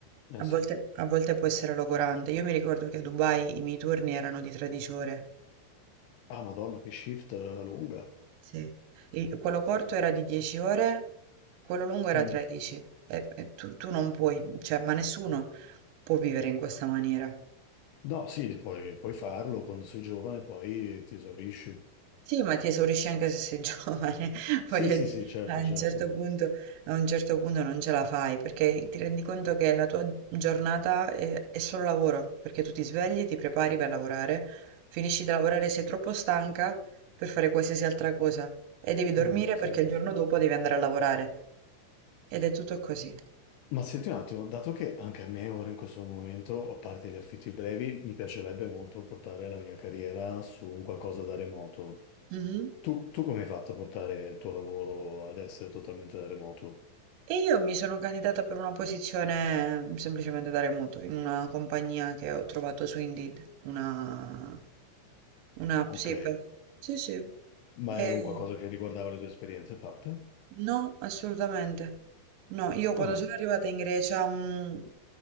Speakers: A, on the left (about 80°); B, on the right (about 75°).
A: Eh,
B: a
A: sì.
B: volte, a volte può essere logorante. Io mi ricordo che a Dubai i miei turni erano di 13 ore.
A: Ah, Madonna, che shift eh, lunga.
B: Sì. Il- quello corto era di 10 ore, quello lungo era
A: Mm.
B: 13. E, e tu, tu non puoi, cioè, ma nessuno può vivere in questa maniera.
A: No, sì, puoi, puoi farlo quando sei giovane, poi ti esaurisci.
B: Sì, ma ti esaurisci anche se sei <laughs> giovane,
A: Sì,
B: voglio
A: sì,
B: dire,
A: sì, certo,
B: a un
A: certo.
B: certo punto, a un certo punto non ce la fai, perché ti rendi conto che la tua giornata è, è solo lavoro, perché tu ti svegli, ti prepari per lavorare, finisci di lavorare, sei troppo stanca per fare qualsiasi altra cosa e devi dormire
A: Mm, sì,
B: perché
A: sì.
B: il giorno dopo devi andare a lavorare. Ed è tutto così.
A: Ma senti un attimo, dato che anche a me ora in questo momento, a parte gli affitti brevi, mi piacerebbe molto portare la mia carriera su un qualcosa da remoto.
B: Mhm.
A: Tu, tu come hai fatto a portare il tuo lavoro ad essere totalmente da remoto?
B: E io mi sono candidata per una posizione mm, semplicemente da remoto in una compagnia che ho trovato su Indeed, una Un'app,
A: Ok,
B: sì, per sì, sì.
A: ma
B: Ehm,
A: era un qualcosa che riguardava le tue esperienze fatte?
B: no, assolutamente. No, io quando
A: Ah,
B: sono arrivata in Grecia, mhmm,